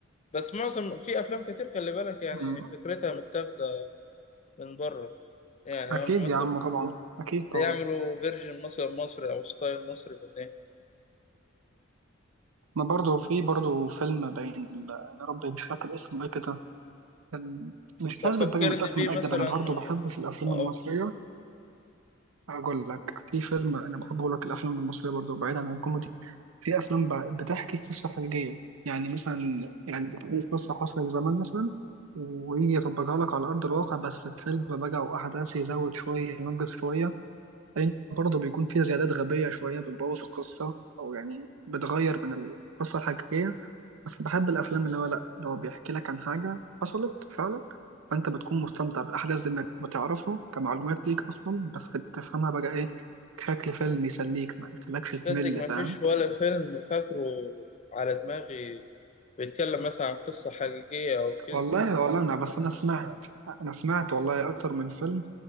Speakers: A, on the left; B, on the right.
A: بس معظم في افلام كتير خلي بالك يعني
B: أمم،
A: فكرتها متاخدة من بره يعني
B: اكيد
A: هم مثلا
B: يا عم طبعا اكيد طبعا
A: بيعملوا فيرجن مثلا مصري او ستايل مصري من ايه
B: ما برضه في برضه فيلم باين ال- يا ربي مش فاكر اسمه ايه كده كان مش
A: طب
B: لازم
A: فكرني
B: تبقى متأكد
A: بيه
B: من
A: مثلا
B: أجدب أنا برضه
A: و...
B: بحب في الأفلام
A: آه،
B: المصرية هقول لك في فيلم انا بحب اقول لك الافلام المصريه برضه بعيدا عن الكوميدي في افلام ب- بتحكي قصه حقيقيه يعني مثلا يعني بتكون قصه حصلت زمان مثلا ويجي يطبقها لك على ارض الواقع بس الفيلم بقى واحداث يزود شويه ينقص شويه لان برضه بيكون فيها زيادات غبيه شويه بتبوظ القصه او يعني بتغير من القصه الحقيقيه بس بحب الافلام اللي هو لا اللي هو بيحكي لك عن حاجه حصلت فعلا فانت بتكون مستمتع بالاحداث دي انك بتعرفها كمعلومات ليك اصلا بس تفهمها بقى ايه بشكل فيلم يسليك ما يخليكش تمل
A: صدق ما
B: فاهم
A: فيش ولا فيلم فاكره على دماغي بيتكلم مثلا عن قصة حقيقية او كده
B: والله والله انا بس انا سمعت انا سمعت والله اكتر من فيلم